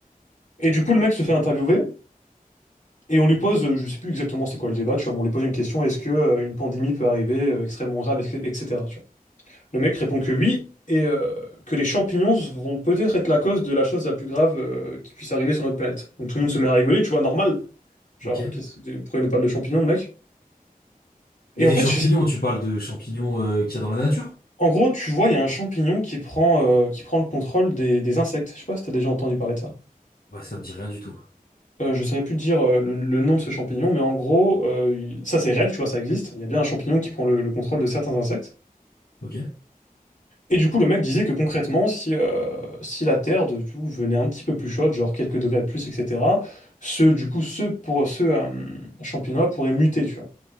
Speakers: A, on the left; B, on the left.
A: Et du coup, le mec se fait interviewer, et on lui pose, euh, je sais plus exactement c'est quoi le débat, tu vois, mais on lui pose une question, est-ce que euh, une pandémie peut arriver euh, extrêmement grave, et- etc. tu vois. Le mec répond que oui, et euh, que les champignons vont peut-être être la cause de la chose la plus grave euh, qui puisse arriver sur notre planète. Donc tout le monde se met à rigoler, tu vois, normal. Genre,
B: ok.
A: qu'est-ce- pourquoi il nous parle de champignons, le mec? Et
B: Et
A: en
B: des
A: fait,
B: champignons,
A: je
B: tu parles de champignons euh, qu'il y a dans la nature?
A: En gros, tu vois, il y a un champignon qui prend, euh, qui prend le contrôle des, des insectes. Je sais pas si t'as déjà entendu parler de ça.
B: Ouais, ça me dit rien du tout.
A: Euh, je saurais plus te dire euh, le, le nom de ce champignon, mais en gros, euh, il- ça c'est réel, tu vois, ça existe. Il y a bien un champignon qui prend le, le contrôle de certains insectes.
B: Ok,
A: Et du coup, le mec disait que concrètement, si, euh, si la Terre de, du coup, venait un petit peu plus chaude, genre quelques degrés de plus, etc., ce, du coup, ce, pour, ce euh, champignon-là pourrait muter, tu vois.